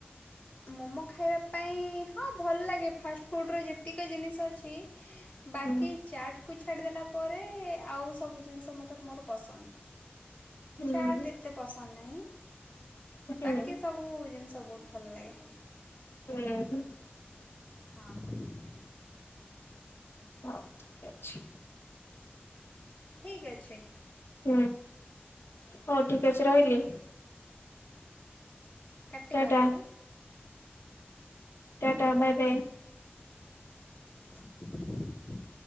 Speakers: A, on the left; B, on the left.
A: ମୋମୋ ଖାଇବା ପାଇଁ ହଁ ଭଲ ଲାଗେ ଫାଷ୍ଟଫୁଡ଼୍ ର ଯେତିକି ଜିନିଷ ଅଛି ବାକି
B: ହୁଁ
A: ଚାଟ୍ କୁ ଛାଡ଼ିଦେଲା ପରେ ଆଉ ସବୁ ଜିନିଷ ମୋତର ମୋର ପସନ୍ଦ।
B: ହୁଁ
A: ଚାର୍ଟ ଏତେ ପସନ୍ଦ ନାହିଁ
B: ହୁଁ
A: ବାକି ସବୁ। ସବୁ ବହୁତ୍ ଭଲ ଲାଗେ।
B: ହୁଁ
A: ହଁ!
B: ହଉ ଠିକ ଅଛି!
A: ଠିକ ଅଛି।
B: ହୁଁ ହଉ ଠିକ ଅଛି ରହିଲି!
A: କାଟିବା
B: ଟା ଟା
A: କଲ୍।
B: Tata bye bye.
A: <unintelligible>